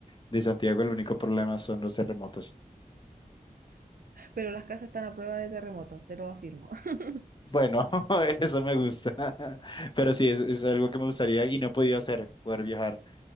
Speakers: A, on the left; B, on the right.
A: de Santiago. El único problema son los terremotos.
B: Pero las casas están a prueba de terremoto, te lo afirmo. <laughs>
A: Bueno, <laughs> eso me gusta. <laughs> Pero sí, es, es algo que me gustaría y no he podido hacer, poder viajar.